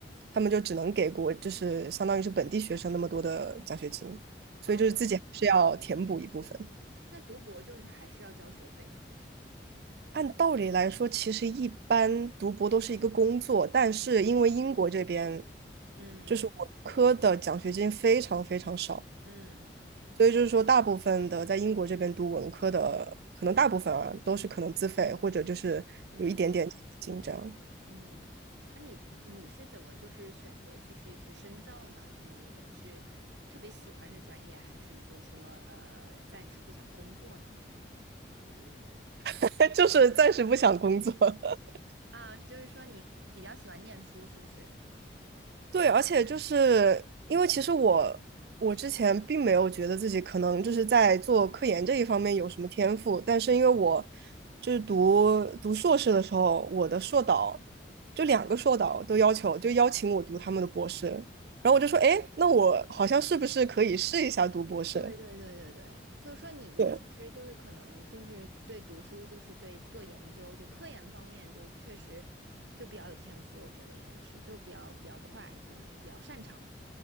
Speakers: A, on the right; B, on the right.
A: 他们就只能给国，就是相当于是本地学生那么多的奖学金，所以就是自己还是要填补一部分。
B: 哦，那读博就是还是要交学费吗
A: 按道理来说，其实一般读博都是一个工作，但是因为英国这边
B: 嗯
A: 就是文科的奖学金非常非常少，
B: 嗯嗯
A: 所以就是说，大部分的在英国这边读文科的，可能大部分啊都是可能自费或者就是有一点点紧张，
B: 嗯。
A: 金这样
B: 嗯，那、你你是怎么就是选择继续去深造呢？你是特别喜欢这专业，还是就是说呃暂时不想工作呢？
A: <laughs> 就是暂时不想工作。<laughs>
B: 啊，就是说你比较喜欢念书，是不是？
A: 对，而且就是因为其实我我之前并没有觉得自己可能就是在做科研这一方面有什么天赋，但是因为我就是读读硕士的时候，我的硕导就两个硕导都要求就邀请我读他们的博士，然后我就说，哎，那我好像是不是可以试一下读博士？
B: 对对对对对，就是说你你其实就是可能就是对读书，
A: 对。
B: 就是对做研究，就科研方面就确实就比较有天赋，我觉得应该是就比较比较快，可能比较擅长。